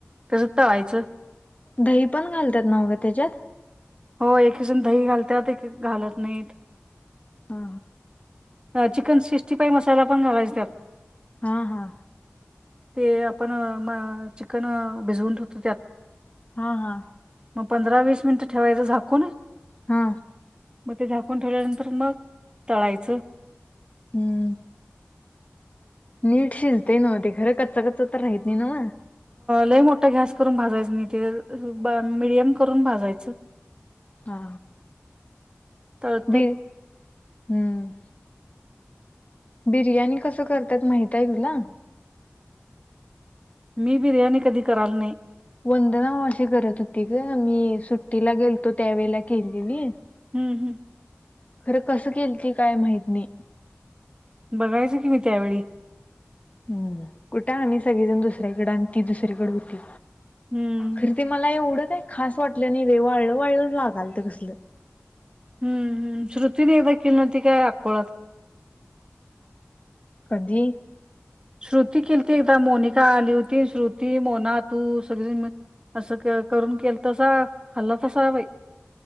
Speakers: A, on the right (about 20°); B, on the left (about 30°).
A: तसं त व्हायचं
B: दही पण घालतात नाघ त्याच्यात
A: हो एकी जण दही घालत्यात एक घालत नाहीत
B: हा
A: ह चिकन सिक्स्टी फाय्ह फाईव्ह मसाला पण घालायच त्यात
B: हा हा
A: ते आपण म चिकन भिजवून ठेवतो त्यात
B: हा हा
A: ग पंधरा वीस मिनिट ठेवायचं झाकून
B: हा
A: मग ते झाकून ठेवल्यानंतर मग तळायचं
B: हम्म नीट शिजतंय नव्ह ते खरं कच्च कच्च तर राहत नाही ना
A: लई मोठा गॅस करून भाजायचं नाही ते मडियम करून भाजायचं
B: हा
A: तळतयं
B: बी हम्म बिर्याणी कस करतात माहितय तुला
A: मी बिर्याणी कधी कराल नाही
B: वंदना मावशी करत होती ग मी सुट्टीला गेलतो त्यावेेळेला केलेली
A: हम्म हम्म
B: खरं कसं केलती काय माहत नाही
A: बघायचं की मी त्यावेळी
B: हम्म कुठे आमी सगळेजण दुसऱ्याकडें आणि ती दुसरीकडे होती
A: हम्म
B: खर ते मला एवढंच काय खास वाटलं नाही ब‌ई वाळलं वाळलं लागालतं कसलं
A: हम् हम्म श्रृतीने एकदा किली नव्हती काय अकोळत
B: कधी
A: श्रुती केलती एकदा मोनिका आली होती श्रुती मोना तू सगळीजण मिळून असं करून केल तसा खाल्ल तसा बई